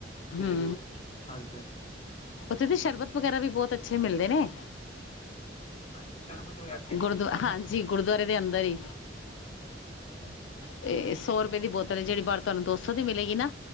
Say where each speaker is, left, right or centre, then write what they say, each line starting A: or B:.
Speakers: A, on the left; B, on the left.
A: ਤੇ
B: ਹੂੰ
A: ਜ਼ਰੂਰ, ਹਾਂਜੀ-ਹਾਂਜੀ।
B: ਉਥੇ ਦੇ ਸ਼ਰਬਤ ਵਗੈਰਾ ਵੀ ਬਹੁਤ ਅੱਛੇ ਮਿਲਦੇ ਨੇ।
A: ਹਾਂਜੀ। ਸ਼ਰਬਤ ਵਗੈਰਾ ਤੇ ਨੀ
B: ਗੁਰਦੁਆਰ
A: ਪੀਤਾ
B: ਹਾਂਜੀ
A: ਹੈ
B: ਗੁਰਦੁਆਰੇ ਦੇ ਅੰਦਰ ਹੀ।
A: ਅੱਛਾ ਅੱਛਾ
B: ਤੇ ਸੌ ਰੁਪਏ ਦੀ ਬੋਤਲ ਏ ਜਿਹੜੀ ਬਾਹਦ ਤੁਹਾਨੂੰ ਦੋ ਸੌ ਦੀ ਮਿਲੇਗੀ ਨਾ।